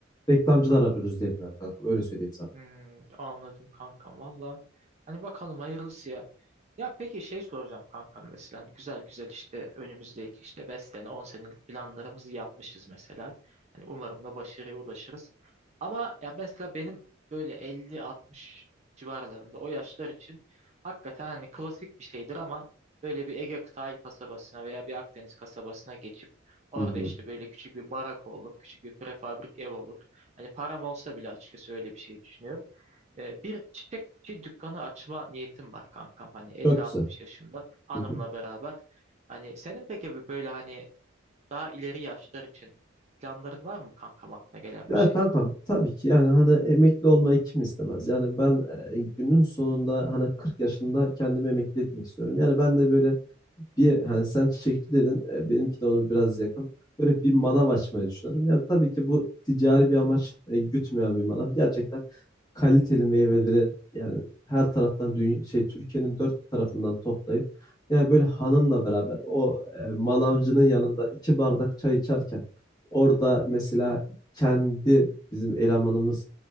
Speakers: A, on the left; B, on the right.
A: reklamcılar arıyoruz diyelim yani kankam. Öyle söyleyeyim sana.
B: Hmm, anladım kankam valla. Hani bakalım hayırlısı ya. Ya peki şey soracağım kankam mesela hani güzel güzel işte önümüzdeki işte 5 sene 10 senelik planlarımızı yapmışız mesela. Hani umarım da başarıya ulaşırız. Ama ya mesela benim böyle elli altmış civarlarında o yaşlar için hakikaten hani klasik bir şeydir ama böyle bir Ege sahil kasabasına veya bir Akdeniz kasabasına geçip orada
A: Hı hı.
B: işte böyle küçük bir barak olur, küçük bir prefabrik ev olur. Hani param olsa bile açıkçası öyle bir şey düşünüyorum. Ee, bir çiçekçi dükkanı açma niyetim var kankam. Hani elli
A: Çok güzel.
B: altmış yaşında hanımla
A: Hı hı.
B: beraber. Hani senin peki bir böyle hani daha ileri yaşlar için planların var mı kankam aklına gelen
A: Ya
B: bir şey?
A: kankam tabii ki yani hani emekli olmayı kim istemez? Yani ben e, günün sonunda hani 40 yaşında kendimi emekli etmek istiyorum. Yani ben de böyle bir hani sen çiçekçi dedin e, benimki de onu biraz yakın. Böyle bir manav açmayı düşünüyorum. Yani tabii ki bu ticari bir amaç e, gütmeyen bir manav. Gerçekten kaliteli meyveleri yani her taraftan dünya, şey Türkiye'nin dört tarafından toplayıp yani böyle hanımla beraber o e, manavcının yanında iki bardak çay içerken orada mesela kendi bizim elemanımız